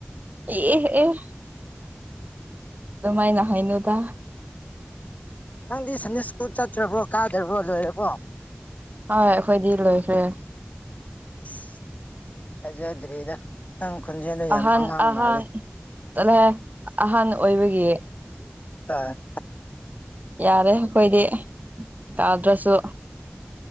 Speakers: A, on the right; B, on the left.
A: ꯑꯦ ꯑꯦ ꯑꯗꯨꯃꯥꯏꯅ ꯍꯥꯏꯣꯏꯅꯗ
B: ꯅꯪꯗꯤ ꯁꯟꯗꯦ ꯁꯀꯨꯜ ꯆꯠꯇ꯭ꯔꯕ꯭ꯔꯣ ꯀꯥꯗ꯭ꯔꯕ꯭ꯔꯣ ꯂꯣꯏꯔꯕꯣ
A: ꯍꯣꯏ ꯑꯩꯈꯣꯏꯗꯤ ꯂꯣꯏꯈ꯭ꯔꯦ
B: ꯏꯁ ꯍꯥꯏꯖꯗ꯭ꯔꯦꯗ ꯅꯪ ꯈꯣꯟꯖꯦꯜꯗ ꯌꯥꯝ
A: ꯑꯍꯥꯟ
B: ꯑꯉꯥꯡ
A: ꯑꯍꯥꯟ
B: ꯃꯥꯜꯂꯤ
A: ꯆꯠꯂꯦ ꯑꯍꯥꯟꯕ ꯑꯣꯏꯕꯒꯤ
B: ꯑ
A: ꯌꯥꯔꯦ ꯑꯩꯈꯣꯏꯗꯤ ꯌꯥꯥꯗ꯭ꯔꯁꯨ